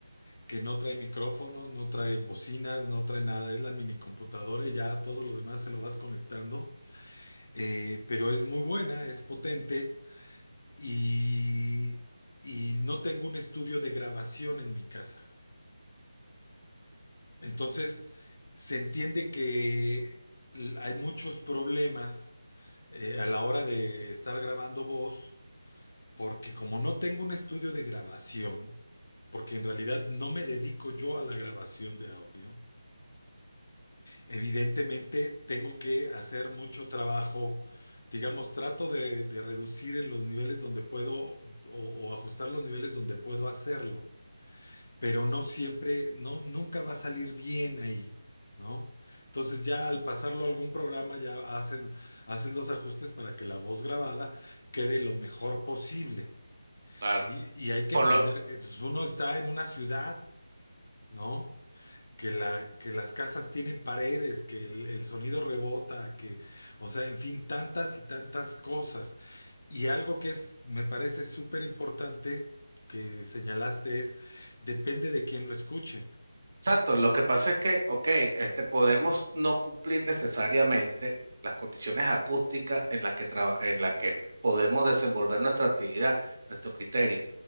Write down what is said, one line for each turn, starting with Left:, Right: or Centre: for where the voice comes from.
Left: que no trae micrófonos, no trae bocinas, no trae nada, es la mini computadora y ya todo lo demás se lo vas conectando, Eh, pero es muy buena, es potente y, y no tengo un estudio de grabación en mi casa. Entonces, se entiende que l- hay muchos problemas eh, a la hora de estar grabando voz, porque como no tengo un estudio de grabación, porque en realidad no me dedico yo a la grabación de audio, Evidentemente, tengo que hacer mucho trabajo, digamos, trato de, de reducir en los niveles donde puedo o, o ajustar los niveles donde puedo hacerlo, pero no siempre, no, nunca va a salir bien ahí, ¿no? Entonces ya al pasarlo a algún programa ya haces, haces los ajustes para que la voz grabada quede lo mejor posible.
Right: claro.
Left: Y, y hay que
Right: Por
Left: entender
Right: lo,
Left: que pues, uno está en una ciudad, ¿no? que, la, que las casas tienen paredes, que el, el sonido rebota, que, o sea, en fin, tantas y tantas cosas. Y algo que es, me parece súper importante que señalaste es, depende de quién lo escuche.
Right: exacto, lo que pasa es que, ok, este, podemos no cumplir necesariamente las condiciones acústicas en las que traba- en la que podemos desenvolver nuestra actividad, nuestro criterio.